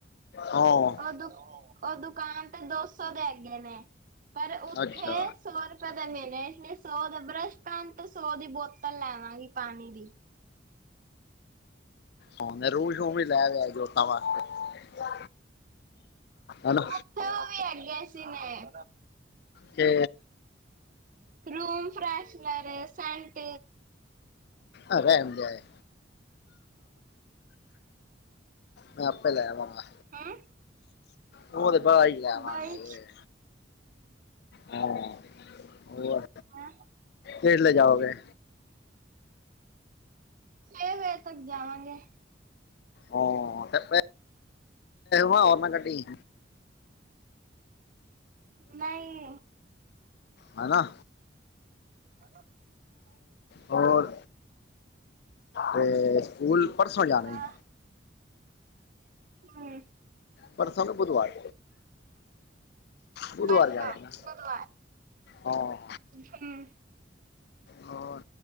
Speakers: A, on the left; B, on the right.
A: ਹਾਂ
B: ਉਹ ਦੁੱਖ ਉਹ ਦੁਕਾਨ ਤੇ ਦੋ ਸੌ ਦੇ ਹੈਗੇ ਨੇ, ਪਰ ਉੱਥੇ
A: ਅੱਛਾ
B: ਸੌ ਰੁਪਏ ਦੇ ਮਿਲਦੇ ਨੇ, ਇਸ ਲਈ ਸੌ ਦਾ ਬਰੱਸ਼ ਪੈਣ, ਤੇ ਸੌ ਦੀ ਬੋਤਲ ਲੈਵਾਂਗੀ ਪਾਣੀ ਦੀ
A: ਹਾਂ, ਰੂ ਸ਼ੂ ਵੀ ਲੈ ਲਯੋ, ਜੋਤਾਂ ਵਾਸਤੇ ਹਨਾ
B: ਉੱਥੇ, ਉਹ ਵੀ ਹੈਗੇ ਸੀ ਨੇ
A: ਤੇ
B: ਰੂਮ ਫਰੈਸ਼ਨਰ, ਸੈਂਟ
A: ਅ ਰਹਿਣ ਦੇ, ਮੈਂ ਆਪੇ ਲੇ ਆਵਾਂਗਾ
B: ਹੈਂ
A: ਉਹ ਤੇ ਬਾਹਰੋ ਹੀ ਲੈ ਆਵਾਂਗੇ
B: ਬਾਈ
A: ਹਾਂ ਉਹ
B: ਹੈ
A: ਲੈ ਲਗਾਓਗੇ।
B: ਛੇ ਵਜੇ ਤੱਕ ਜਾਵਾਂਗੇ
A: ਹਾ ਚ ਪਰ ਹੋਰਨਾਂ ਕਟੀ
B: ਨਹੀਂ
A: ਹਨ ਨਾ
B: ਹੈ
A: ਹੋਰ ਤੇ ਸਕੂਲ ਪਰਸੋਂ ਜਾਣਾ
B: ਹਾਂ
A: ਹੀ
B: ਹਮ
A: ਪਰਸੋ ਮ ਬੁਧਵਾਰ ਬੁਧਵਾਰ
B: ਪਰਸੋਂ
A: ਜਾਵੇ ਨਾ
B: ਬੁਧਵਾਰ
A: ਹਾਂ
B: ਹਮ
A: ਹਾਂ